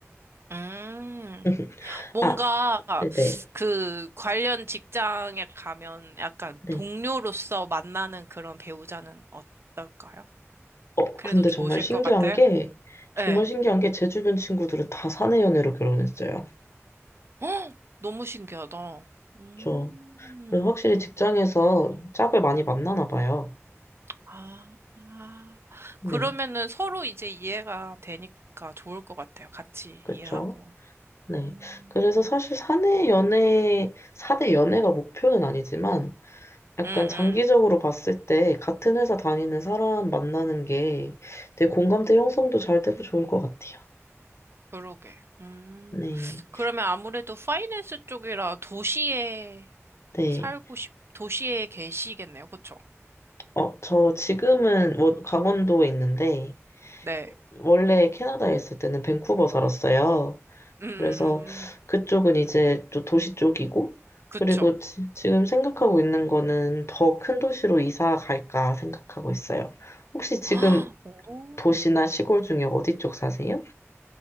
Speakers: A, on the right; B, on the left.
A: 음.
B: <laughs>
A: 뭔가,
B: 아, 네네. 네.
A: 그, 관련 직장에 가면 약간
B: 네.
A: 동료로서 만나는 그런 배우자는 어떨까요?
B: 어,
A: 그래도
B: 근데
A: 좋으실
B: 정말 신기한
A: 것 같아요?
B: 게, 정말
A: 네.
B: 신기한 게 제 주변 친구들은 다 사내 연애로 결혼했어요.
A: 헉! <gasps> 너무 신기하다. 음.
B: 저, 그래서 확실히 직장에서 짝을 많이 만나나 봐요.
A: 아, 아.
B: 네,
A: 그러면은 서로 이제 이해가 되니까 좋을 것 같아요. 같이
B: 그쵸?
A: 일하고.
B: 네.
A: 음,
B: 그래서 사실 사내 연애, 사내 연애가 목표는 아니지만, 약간
A: 응,
B: 장기적으로
A: 응.
B: 봤을 때 같은 회사 다니는 사람 만나는 게 되게 공감대 형성도 잘 되고 좋을 것 같아요.
A: 그러게. 음,
B: 네,
A: 그러면 아무래도 파이낸스 쪽이라 도시에
B: 네.
A: 살고 싶, 도시에 계시겠네요. 그쵸?
B: 어, 저 지금은 워- 강원도에 있는데,
A: 네.
B: 원래 캐나다에 있을 때는 밴쿠버 살았어요.
A: 음, 음,
B: 그래서
A: 음. 음.
B: 그쪽은 이제 또 도시 쪽이고,
A: 그쵸.
B: 그리고 지, 지금 생각하고 있는 거는 더 큰 도시로 이사 갈까 생각하고 있어요. 혹시 지금
A: 아, 오.
B: 도시나 시골 중에 어디 쪽 사세요?